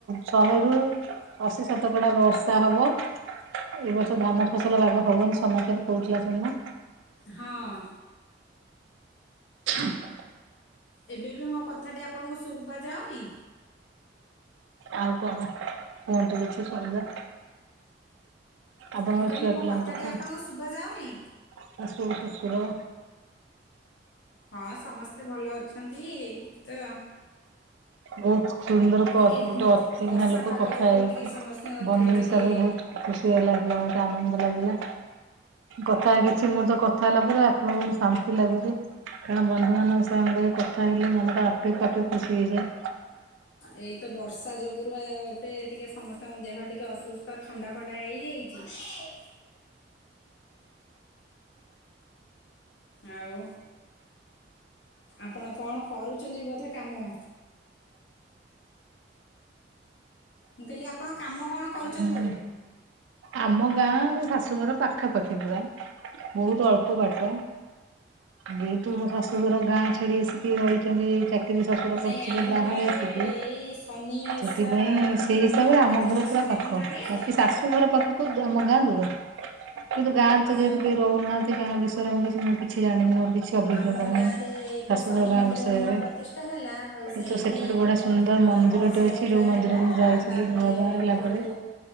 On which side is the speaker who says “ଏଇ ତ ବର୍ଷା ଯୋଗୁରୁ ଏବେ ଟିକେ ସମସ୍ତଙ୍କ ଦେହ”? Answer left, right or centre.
Left